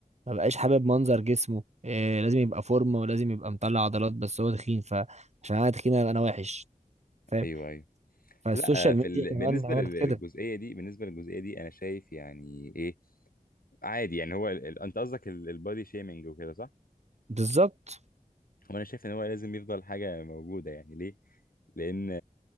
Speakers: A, on the right (about 50°); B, on the left (about 75°).
A: ما بقاش حابب منظر جسمه إيه لازم يبقى فورمة ولازم يبقى مطلع عضلات بس هو تخين فعشان انا تخين أبقى انا وحش فاهم
B: ايوه ايوه
A: فالسوشيال
B: لا في
A: ميديا
B: ال...
A: كمان
B: بالنسبه
A: عملت
B: لل- للجزئيه
A: كده
B: دي بالنسبه للجزئيه دي انا شايف يعني ايه عادي يعني هو ال... ال- انت قصدك ال- البادي شيمينج وكده صح؟
A: بالظبط
B: وانا شايف ان هو لازم يفضل حاجه موجوده يعني ليه؟ لان